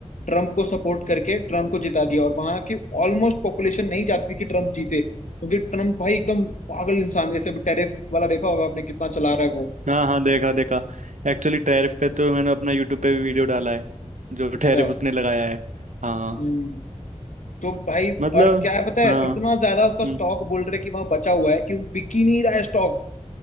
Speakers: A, on the left (about 80°); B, on the right (about 80°).
A: ट्रम्प को सपोर्ट करके ट्रम्प को जिता दिया और वहां की ऑलमोस्ट पॉपुलेशन नहीं चाहती थी कि ट्रम्प जीते क्योंकि ट्रम्प भाई एकदम पागल इंसान है जैसे टेरिफ वाला देखा होगा आपने कितना चला रहा है वो
B: हाँ हाँ देखा देखा एक्चुअली टैरिफ पे तो मैंने अपना यूट्यूब पे भी वीडियो डाला है जो
A: अच्छा
B: टैरिफ उसने लगाया है हाँ
A: हम्म तो भाई
B: मतलब
A: और क्या है पता है
B: हाँ
A: इतना ज्यादा उसका
B: हम्म
A: स्टॉक बोल रहे कि वहां बचा हुआ है कि वो बिक ही नहीं रहा है स्टॉक